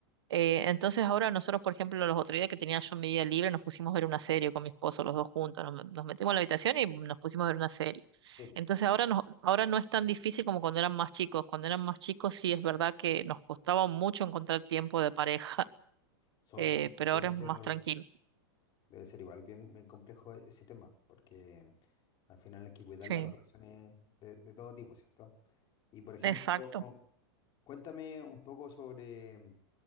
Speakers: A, on the right; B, on the left.
A: Eh, entonces ahora nosotros, por ejemplo, los otros días que tenía yo mi día libre, nos pusimos a ver una serie con mi esposo, los dos juntos, nos, nos metimos en la habitación y nos pusimos a ver una serie.
B: Sí,
A: Entonces ahora, nos, ahora no es tan difícil como cuando eran más chicos. Cuando eran más chicos sí es verdad que nos costaba mucho encontrar tiempo de pareja, <laughs>
B: so-
A: eh,
B: so-
A: pero
B: debe
A: ahora es más
B: ser,
A: tranquilo.
B: debe ser igual bien, bien complejo e- ese tema, porque al final hay que cuidar
A: Sí.
B: las relaciones de, de todo tipo, ¿cierto? Y por ejemplo...
A: Exacto.
B: Cuéntame un poco sobre mm,